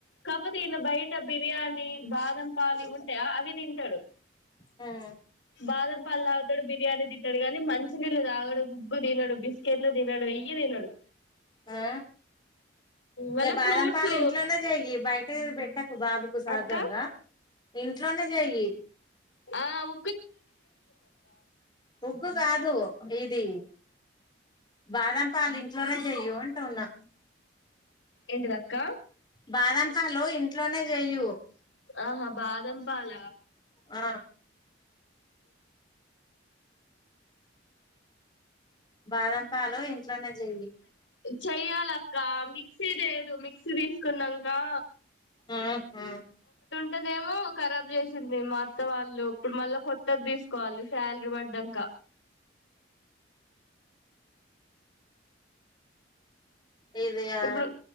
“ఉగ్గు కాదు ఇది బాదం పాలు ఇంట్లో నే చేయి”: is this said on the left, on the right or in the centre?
Left